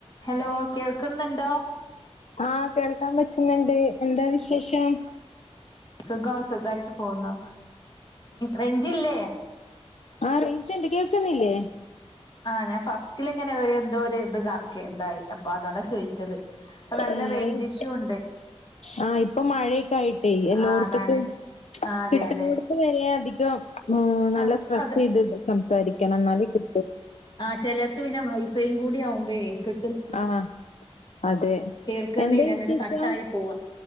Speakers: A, on the left; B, on the left.
A: ഹലോ കേൾക്കുന്നുണ്ടോ
B: ആഹ് കേൾക്കാൻ പറ്റുന്നുണ്ട് എന്താ വിശേഷം
A: സുഖം സുഖമായിട്ട് പോകുന്നു റെയ്ഞ്ചില്ലേ
B: ആ റേയ്ഞ്ച്ണ്ട് കേൾക്കുന്നില്ലേ
A: ആഹ് ഞാൻ ഫസ്റ്റിലിങ്ങനെ ഒരു എന്തോ ഇത് കാ ഓക്കെ എന്തായി അപ്പൊ അതോടാ ചോയിച്ചത് അപ്പൊ നല്ല
B: ഏഹ്
A: റെയിഞ്ച്
B: റേഞ്ച്
A: ഇഷ്യും ഉണ്ട്
B: ആഹ് ഇപ്പൊ മഴയൊക്കെ ആയിട്ട് എല്ലോട്ത്തുക്കും
A: ആ അതാണ് ആ അതെ
B: കിട്ടുന്ന
A: അതെ
B: ഇത് വരെ അധികം നല്ല
A: അത്
B: സ്ട്രെസ്
A: അത്
B: ചെയ്ത് സംസാരിക്കണം എന്നാലേ കി
A: ആഹ് ചിലർക്ക് പിന്നെ വൈഫൈയും കൂടി ആകുമ്പഴെ കി
B: ആഹ് അതെ
A: കേൾക്കുന്നില്ല
B: എന്താ
A: എന്നിട്ട്
B: വിശേഷം
A: കട്ടായി പോവാ